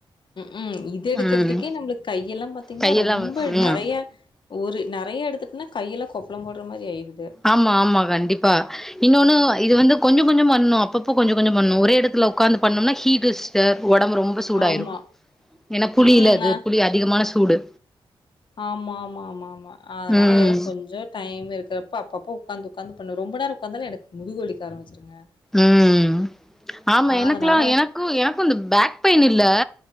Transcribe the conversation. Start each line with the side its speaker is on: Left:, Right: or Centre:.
Left: ம் கூ இது எடுக்றதுக்கே
Centre: ம்
Left: நம்ளுக்கு கையெல்லா பாத்தீங்கனா
Centre: கையெல்லா
Left: ரொம்ப நெறைய
Centre: ம்
Left: ஒரு நெறைய எடுத்துட்டுனா கையில கொப்பளொம் போடுற மாரி ஆயிது
Centre: ஆமா ஆமா கண்டிப்பா இன்னொன்னு இது வந்து கொஞ்ச கொஞ்சொ பண்ணு அப்பப்போ கொஞ்ச கொஞ்சோ பண்ணு ஒரே எடத்துல உக்காந்து பண்ணோம்னா ஹீட்டு சிஸ்ட ஒடம்பு ரொம் சூடாய்ரு
Left: ரொம்ப ஆமா. ரொம்ப.
Centre: ஏனா புளி
Left: ம்ஹ்ம்.
Centre: இல்ல அது
Left: நான்
Centre: புளி அதிகமான சூடு
Left: ஆமா ஆமா ஆமா ஆமா அதனால
Centre: ம்
Left: ஏதோ கொஞ்சோ டைம் இருக்கிறப்ப அப்பப்போ உக்காந்து உக்காந்து பண்வ ரொம்ப நேரோ உக்காந்தால எனக்கு முதுகு வலிக்க ஆரம்பிச்சுருங்க
Centre: ம் ஆமா எனக்ல்லா
Left: அதனால
Centre: எனக்கு எனக்கு இந்த பேக் பெயின் இல்ல